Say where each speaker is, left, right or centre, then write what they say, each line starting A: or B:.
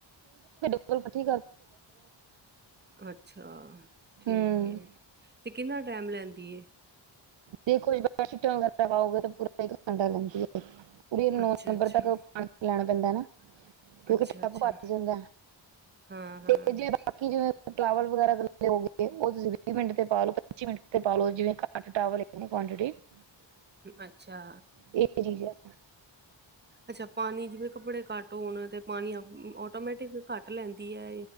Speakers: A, on the right; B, on the right.
A: ਚਲ ਠੀਕ
B: ਅੱਛਾ ਠੀਕ
A: ਹੂੰ
B: ਹੈ ਤੇ ਕਿੰਨਾ ਟੈਮ ਲੈਂਦੀ
A: ਜੇ ਕੁ ਬਾਬਾ ਛੁਟੀਆਂ ਵਗੈਰਾ ਪਾਓਗੇ ਤਾਂ ਪੂਰਾ ਹੀਡ ਰਹਿੰਦੀ ਹੈ ਪੂਰੀ ਨੂੰ ਨੌ
B: ਅੱਛਾ
A: ਨੰਬਰ
B: ਅੱਛਾ
A: ਤੱਕ ਪਾ ਲੈਣਾ ਪੈਂਦਾ ਹਨਾ ਕਿਉਂਕਿ
B: ਅੱਛਾ
A: ਟੱਪ
B: ਅੱਛਾ
A: ਭਰ ਜਾਂਦਾ
B: ਹਾਂ ਹਾਂ
A: ਤੇ ਜੇ ਬਾਕੀ ਜਿਵੇਂ ਟਾਵਲ ਵਗੈਰਾ ਹੋ ਗਏ ਉਹ ਤੁਸੀਂ ਵੀਹ ਮਿੰਟ ਤੇ ਪਾਲਓ ਪੱਚੀ ਮਿੰਟ ਤੇ ਪਾਲਓ ਜਿਵੇਂ ਕਾਟ ਟਾਵਲ <unintelligible>
B: ਅੱਛਾ
A: ਇਹ ਚੀਜ਼ ਹੈ
B: ਅੱਛਾ ਪਾਣੀ ਜਿਵੇਂ ਕੱਪੜੇ ਘੱਟ ਹੋਣ ਤੇ ਪਾਣੀ ਅ ਆਟੋਮੈਟਿਕ ਘੱਟ ਲੈਂਦੀ ਐ।